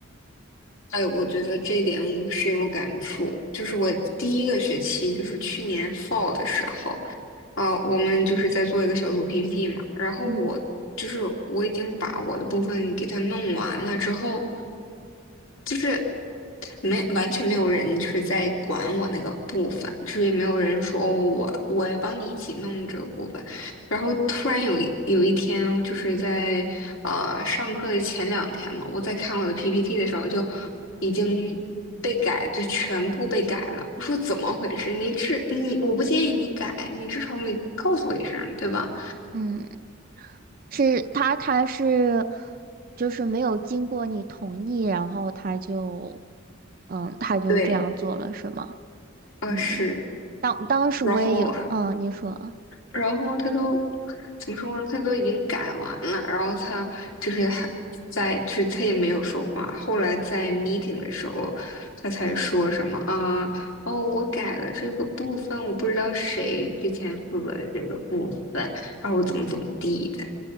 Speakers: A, on the left; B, on the right.
A: 哎，我觉得这一点我深有感触。就是我第一个学期，就是去年 fall 的时候，啊、我们就是在做一个小组 PPT 嘛。然后我就是我已经把我的部分给它弄完了之后，
B: 嗯
A: 就是没完全没有人就是在管我那个部分，就是也没有人说哦，我我帮你一起弄这个部分。然后突然有一有一天，就是在呃上课的前两天嘛，我在看我的 PPT 的时候，就已经被改，就全部被改了。我说怎么回事？你至你，我不建议你改，你至少你告诉我一声，对吧？
B: 嗯。是他，他是就是没有经过你同意，然后他就，嗯，他就这样做了，
A: 对，
B: 是吗？
A: 呃是，
B: 嗯，当当时我也有，
A: 然后
B: 嗯，你说。
A: 然后他都怎么说呢？他都已经改完了，然后他就是还在，就是他也没有说话。后来在 meeting 的时候，他才说什么啊？哦，我改了这个部分，我不知道谁之前负责的这个部分，然后我怎么怎么地的，